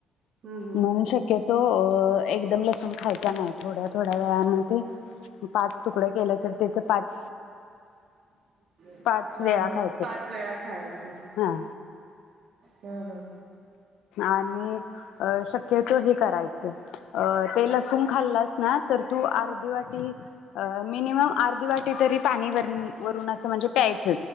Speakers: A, on the right; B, on the left.
A: हम्म हम्म
B: म्हणून शक्यतो. तो एकदम लसूण खायचा नाही थोड्या थोड्या वेळाने ते पाच तुकड केलं तर त्याच... पाच
A: <unintelligible>
B: पाच
A: हं
B: वेळा
A: हं
B: खायचं
A: पाच वेळा खायाचं
B: हा
A: हं हं
B: आणि अ शक्यतो हे करायचं ते लसूूण खाल्लास ना तर तू अर्धी वाटी मिनिमम अर्धी वाटी तरी पाणी वर वरून असं म्हणजे प्यायच....